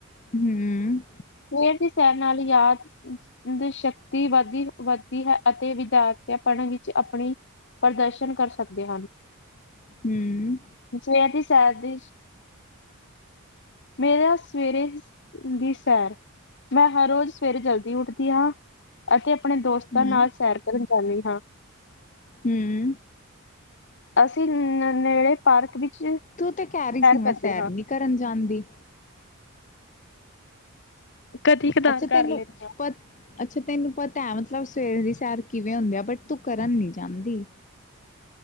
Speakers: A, on the left; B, on the left.
A: ਹਮ।
B: ਸਵੇਰ ਦੀ ਸੈਰ ਨਾਲ ਯਾਦ ਦੀ ਸ਼ਕਤੀ ਵੱਧਦੀ-ਵੱਧਦੀ ਹੈ, ਅਤੇ ਵਿਦਿਆਰਥੀਆਂ ਪੜ੍ਹਨ ਵਿੱਚ ਆਪਣੀ ਪ੍ਰਦਰਸ਼ਨ ਕਰ ਸਕਦੇ ਹਨ।
A: ਹਮ।
B: ਸਵੇਰ ਦੀ ਸੈਰ ਦੀ ਮੇਰਾ ਸਵੇਰੇ ਦੀ ਸੈਰ, ਮੈਂ ਹਰ ਰੋਜ਼ ਸਵੇਰੇ ਜਲਦੀ। ਉੱਠਦੀ ਹਾਂ ਅਤੇ ਆਪਣੇ ਦੋਸਤਾਂ
A: ਹੂੰ
B: ਨਾਲ ਸੈਰ ਕਰਨ ਜਾਂਦੀ ਹਾਂ।
A: ਹੂੰ
B: ਅਸੀਂ ਨੇੜੇ ਪਾਰਕ ਵਿੱਚ।
A: ਤੂੰ ਤੇ ਕਹਿ ਰਹੀ ਸੀ, ਮੈਂ
B: ਕਰਦੇ
A: ਸੈਰ
B: ਹਾਂ
A: ਨਹੀਂ ਕਰਨ ਜਾਂਦੀ।
B: ਕਦੀ ਕਦਾਰ
A: ਅੱਛਾ
B: ਕਰ
A: ਤੈਨੂੰ
B: ਲੈਂਦੇ
A: ਅੱਛਾ ਤੈਨੂੰ ਪਤਾ ਹੈ, ਮਤਲਬ ਸਵੇਰ ਦੀ ਸੈਰ ਕਿਵੇਂ ਹੁੰਦੀ ਆ, ਬਟ ਤੂੰ ਕਰਨ ਨੀ ਜਾਂਦੀ।